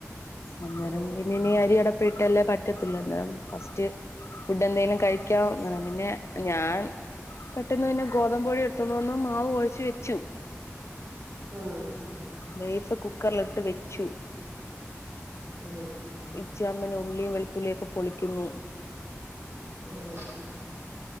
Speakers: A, on the left; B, on the right.
A: അന്നേരം
B: ഓ
A: പിന്നെ ഇനി അരി അടുപ്പേ ഇട്ടല്ലേ പറ്റത്തുള്ള് അന്നേരം ഫസ്റ്റ് ഫുഡ് എന്തെങ്കിലും കഴിക്കാം അന്നേരം പിന്നെ ഞാൻ പെട്ടന്ന് പിന്നെ ഗോതമ്പ് പൊടി എടുത്തോണ്ട് വന്ന് മാവ് കൊഴച്ച് വെച്ചു
B: ഉം
A: ബീഫ് കുക്കറിലിട്ട് വെച്ചു
B: ഉം
A: ഇച്ചായൻ പിന്നെ ഉള്ളിയും വെളുത്തുള്ളിയും ഒക്കെ പൊളിക്കുന്നു
B: ഉം